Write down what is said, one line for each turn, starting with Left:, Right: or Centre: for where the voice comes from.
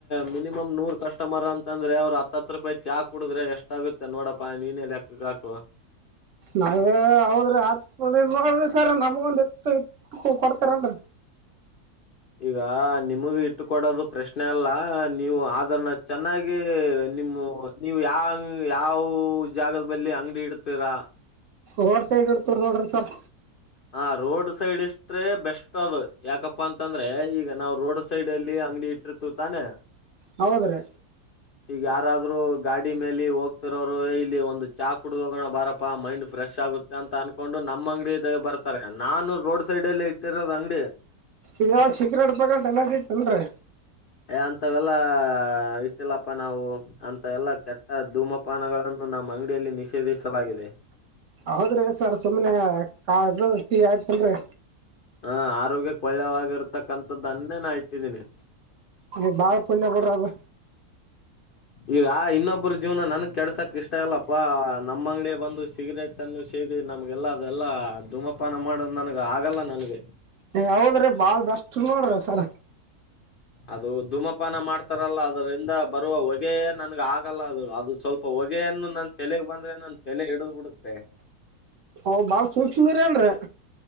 Left: ಮಿನಿಮಮ್ ನೂರ್ ಕಸ್ಟಮರ್ ಅಂತದ್ರೆ ಅವ್ರ ಹತ್ತ ಹತ್ರಕ್ ವೈದ ಚಾ ಕುಡಿದ್ರೆ ಎಷ್ಟ ಆಗತ್ತೆ ನೋಡಪ್ಪಾ ನೀನೇ ಲೆಕ್ಕ ಹಾಕು.
Right: ನಾವೇ ಹೌದ್ರಿ ಆತದ ನೋಡ್ರಿ ಸರ್ ನಮಗ ಒಂದ ಈಟ್ಟ ಇಟ್ಟ ಕೊಡ್ತೀರೇನ್ರೀ.
Left: ಈಗ ನಿಮಗ ಇಟ್ಟ ಕೊಡೋದು ಪ್ರಶ್ನೆ ಅಲ್ಲ ನೀವು ಅದನ್ನ ಚೆನ್ನಾಗಿ ಈ ನಿಮ್ಮು ನೀವು ಯಾ ಯಾವ ಜಾಗದ ಬಲ್ಲಿ ಅಂಗಡಿ ಇಡ್ತೀರಾ.
Right: ರೋಡ್ ಸೈಡ್ ಇಡ್ತೀವಿ ನೋಡ್ರಿ ಸರ್.
Left: ಹಾ ರೋಡ್ ಸೈಡ್ ಇಷ್ಟ್ರೆ ಬೆಸ್ಟ್ ಅದ ಯಾಕಪ್ಪಾ ಅಂತಂದ್ರೆ ಈಗ ನಾವು ರೋಡ್ ಸೈಡ್ ಅಲ್ಲಿ ಅಂಗಡಿ ಇಟ್ಟಿರತಿವಿ ತಾನೆ. ಹಾ
Right: ಹೌದ್ರೀ
Left: ಯಾರಾದ್ರರು ಗಾಡಿ ಮೇಲೆ ಹೋಗ್ತಿರೋರು ಇಲ್ಲಿ ಒಂದು ಚಾ ಕುಡ್ದ್ ಹೋಗೋಣ ಬಾರಪ್ಪಾ ಮೈಂಡ್ ಫ್ರೆಶ್ ಆಗುತ್ತೆ ಮತ್ತೆ ಅಂತ ಅನ್ಕೊಂಡು ನಮ್ಮ ಅಂಗಡಿ ಇದಾಗ ಬರ್ತಾರೆ ನಾನು ರೋಡ್ ಸೈಡ್ಲ್ಇಟ್ಟಿರೋದ ಅಂಗಡಿ
Right: ಈಗ್ ಇವ್ ಸೀಗ್ರೆಟ್ ಪಗ್ರೆಟ್ ಎಲ್ಲ ಬಿಟ್ಟ ಏನ್ರಿ.
Left: ಏ ಅಂತವೆಲ್ಲಾ ಇಟ್ಟಿಲ್ಲಪ್ಪ ನಾವು ಅಂತವೆಲ್ಲಾ ಕೆಟ್ಟ ಧೂಮಪಾನಗಳನ್ನು ನಾ ನಮ್ ಅಂಗಡಿಯಲ್ಲಿ ನಿಷೇಧಿಸಲಾಗಿದೆ.
Right: ಹೌದ್ರಿ ಸರ್ ಸುಮ್ನೆ ಕ ಅದು ಟೀ ಐತಿಲ್ರೀ.
Left: ಹ ಆರೋಗ್ಯಕ ಒಳ್ಳೆವಾಗಿರತಕ್ಕಂಥದ್ದನ್ನೇ ನಾ ಇಟ್ಟಿದ್ದೀನಿ.
Right: ಏ ಬಾಳ ಪುಣ್ಯ ಬಿಡ್ರಿ ಅದು.
Left: ಈಗಾ ಇನ್ನೊಬ್ಬ್ರ ಜೀವನ ನನ್ ಕೆಡಸಕ್ ಇಷ್ಟ ಇಲ್ಲಪ್ಪಾ ನಮ್ಮ್ ಅಂಗ್ಡ ಬಂದು ಸಿಗರೇಟ್ ಅನ್ನು ಸೇದ್ ಇದೀ ನಮ್ಗೆಲ್ಲ ಅದೆಲ್ಲಾ ಧೂಮಪಾನ ಮಾಡದ ನನಗ್ ಆಗಲ್ಲ ನನ್ಗೆ.
Right: ಏ ಹೌದ್ರೀ ಬಾಳ್ ಬೇಷ್ಟ ನೋಡ್ರಿ ಸರ್.
Left: ಅದು ಧೂಮಪಾನ ಮಾಡ್ತಾರಲ್ಲ ಅದರಿಂದ ಬರುವ ಹೊಗೆ ನನ್ಗ ಆಗಲ್ಲ ಅದು ಅದು ಸ್ವಲ್ಪ ಹೊಗೆ ಗೆ ಅನ್ನು ನನ್ ತಲೆಗ್ ಬಂದ್ರೆ ನನ್ ತಲೆ ಹಿಡಿದ್ ಬಿಡುತ್ತೆ.
Right: ಓ ಬಾಳ ಸೂಕ್ಷ್ಮಿ ರಿ ಅಂದ್ರ.